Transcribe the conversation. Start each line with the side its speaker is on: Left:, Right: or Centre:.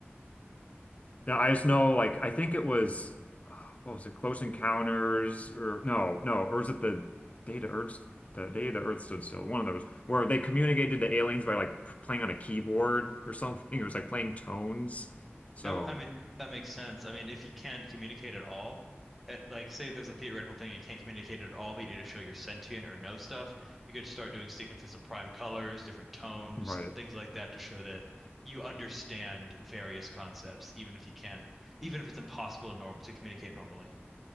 Left: Yeah, I just know like I think it was <sighs> uh, what was it, Close Encounters or no, no, or is it the Day the Earth the Day the Earth Stood Still, one of those where they communicated to aliens by like playing on a keyboard or something. <laughs> It was like playing tones. So,
Centre: Now, I mean, that makes sense. I mean, if you can't communicate at all, at, like say there's a theoretical thing you can't communicate at all, but you need to show your sentient or know stuff, you could start doing sequences of prime colors, different tones,
Left: right.
Centre: things like that to show that you understand various concepts, even if you can't, even if it's impossible to norm to communicate normally.